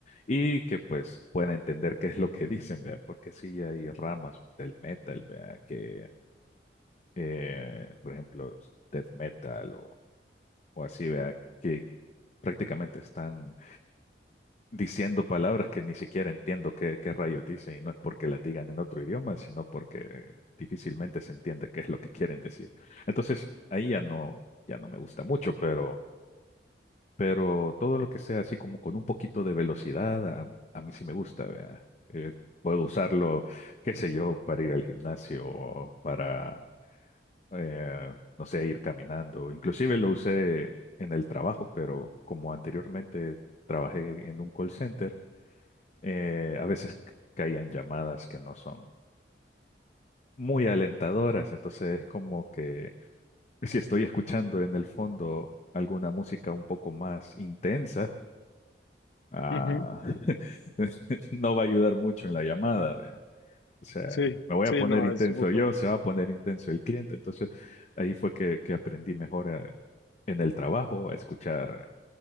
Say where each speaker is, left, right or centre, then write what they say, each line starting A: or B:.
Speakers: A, on the left; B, on the left.
A: Y que pues pueda entender qué es lo que <laughs> dicen, vea, porque sí hay ramas del metal, vea, que, eh, por ejemplo, death metal o, o así, vea, que prácticamente están diciendo palabras que ni siquiera entiendo qué, qué rayos dicen y no es porque las digan en otro idioma, sino porque difícilmente se entiende qué es lo que quieren decir. Entonces, ahí ya no, ya no me gusta mucho, pero, pero todo lo que sea así como con un poquito de velocidad, a, a mí sí me gusta, vea. Eh, puedo usarlo, qué sé yo, para ir al gimnasio o para, eh, no sé, ir caminando. Inclusive lo usé en el trabajo, pero como anteriormente trabajé en un call center, eh, a veces caían llamadas que no son muy alentadoras, entonces es como que si estoy escuchando en el fondo alguna música un poco más intensa, ah,
B: Ujú,
A: <laughs> no va a ayudar mucho en la llamada, vea. O sea,
B: Sí,
A: me voy
B: sí,
A: a poner
B: no,
A: intenso
B: es un poco,
A: yo, se va a poner intenso el cliente, entonces ahí fue que, que aprendí mejor a- en el trabajo a escuchar.